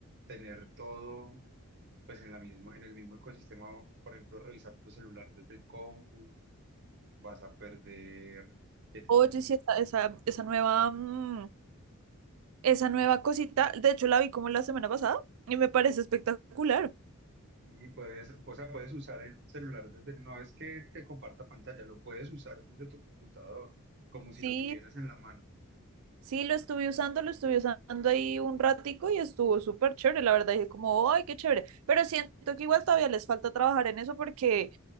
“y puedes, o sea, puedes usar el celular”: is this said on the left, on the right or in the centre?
Right